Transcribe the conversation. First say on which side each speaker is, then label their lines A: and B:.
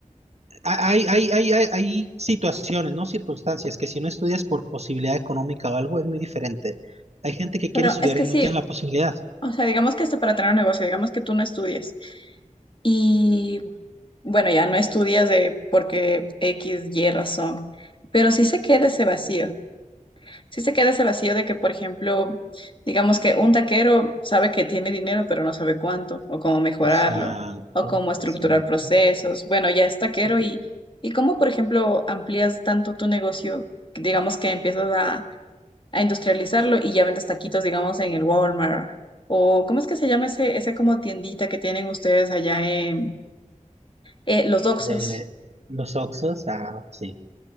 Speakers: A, on the right (about 55°); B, on the left (about 40°).
A: hay, hay, hay, hay, hay situaciones, ¿no? Circunstancias que si no estudias por posibilidad económica o algo es muy diferente. Hay gente que
B: Pero
A: quiere estudiar
B: es que
A: y
B: sí,
A: no tiene la posibilidad.
B: o sea, digamos que hasta para tener un negocio, digamos que tú no estudias y bueno, ya no estudias de porque X, Y razón, pero sí se queda ese vacío. sí se queda ese vacío de que, por ejemplo, digamos que un taquero sabe que tiene dinero, pero no sabe cuánto, o cómo mejorarlo,
A: Exacto,
B: o cómo estructurar
A: exacto.
B: procesos. Bueno, ya es taquero
A: Ujú.
B: y, y cómo, por ejemplo, amplías tanto tu negocio, digamos que empiezas a, a industrializarlo y ya vendes taquitos, digamos, en el Walmart. O, ¿cómo es que se llama ese, ese como tiendita que tienen ustedes allá en eh, los Doxos?
A: De los Oxos, ah, sí,